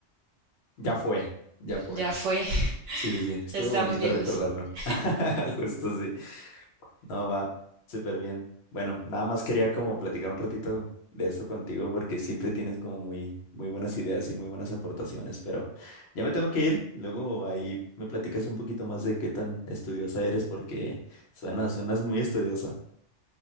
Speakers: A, on the left; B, on the right.
A: Ya fue, ya fue.
B: ya fue, <laughs>
A: Sí, sí, sí, estuvo
B: ya estamos
A: bonito
B: viejos.
A: recordarlo.
B: <laughs>
A: <laughs> Justo sí. No, va, súper bien. Bueno, nada más quería como platicar un ratito de eso contigo porque siempre tienes como muy, muy buenas ideas y muy buenas aportaciones, pero ya me tengo que ir. Luego ahí me platicas un poquito más de qué tan estudiosa eres porque suena, suenas muy estudiosa.